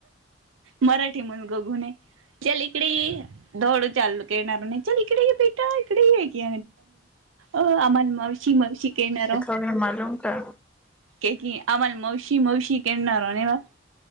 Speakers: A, on the right; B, in the centre.
A: मराठी म्हणून गगु नये चल इकडे ये चालू करणार नाही चल इकडे बेटा इकडे ये की अ आम्हान मावशी मावशी कह नारो
B: हमे मालूम था
A: के की आम्हान मावशी मावशी केनार हो